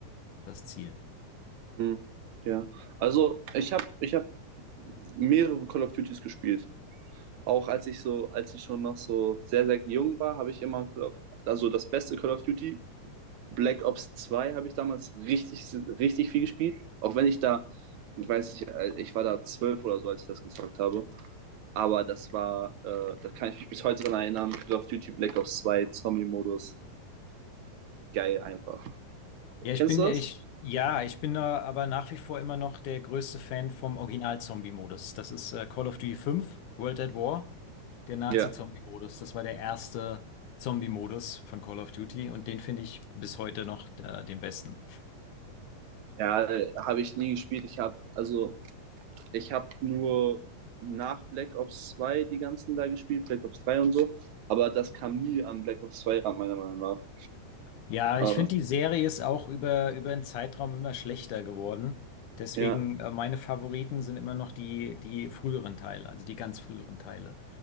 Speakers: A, on the left; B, on the right.
A: das Ziel.
B: Mhm. Ja. Also ich habe ich hab mehrere Call of Duties gespielt. Auch als ich so, als ich schon noch so sehr, sehr jung war, habe ich immer Call of, also das beste Call of Duty Black Ops zwei habe ich damals richtig, richtig viel gespielt. Auch wenn ich da, ich weiß nicht, äh, ich war da zwölf oder so, als ich das gezockt habe. Aber das war, äh, da kann ich mich bis heute dran erinnern, Call of Duty Black Ops zwei Zombie-Modus. Geil einfach.
A: Ja, ich
B: Kennst
A: bin,
B: du
A: ich,
B: das?
A: ja, ich bin da aber nach wie vor immer noch der größte Fan vom Original-Zombie-Modus. Das ist äh, Call of Duty 5 World at War, der Nazi-Zombie-Modus.
B: Ja.
A: Das war der erste Zombie-Modus von Call of Duty und den finde ich bis heute noch äh, den besten.
B: Ja, äh, habe ich nie gespielt. Ich habe, also, ich habe nur nach Black Ops 2 die ganzen da gespielt, Black Ops 3 und so. Aber das kam nie an Black Ops 2 ran, meiner Meinung nach.
A: Ja,
B: Aber,
A: ich finde, die Serie ist auch über, über einen Zeitraum immer schlechter geworden. Deswegen,
B: ja,
A: äh, meine Favoriten sind immer noch die, die früheren Teile, also die ganz früheren Teile.